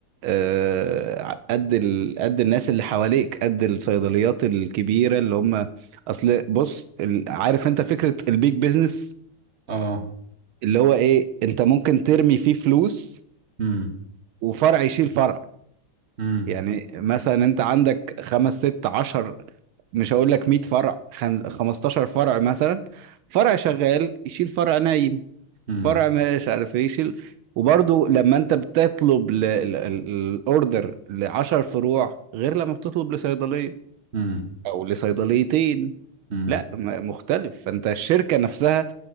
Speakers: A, on the right; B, on the right.
A: آه، ع- قد ال... قد الناس اللي حواليك قد الصيدليات الكبيرة اللي هم اصل بص ال- عارف انت فكرة البيج بيزنس
B: اه
A: اللي هو ايه انت ممكن ترمي فيه فلوس
B: امم
A: وفرع يشيل فرع
B: امم
A: يعني مثلا انت عندك خمس ست عشر مش هقول لك 100 فرع خم... 15 فرع مثلا فرع شغال يشيل فرع نايم
B: امم
A: فرع مش عارف ايه شيل وبرضه لما انت بتطلب ل- ال- ال- الاوردر لعشر فروع غير لما بتطلب لصيدليه
B: امم
A: او لصيدليتين
B: امم
A: لا م- مختلف فانت الشركه نفسها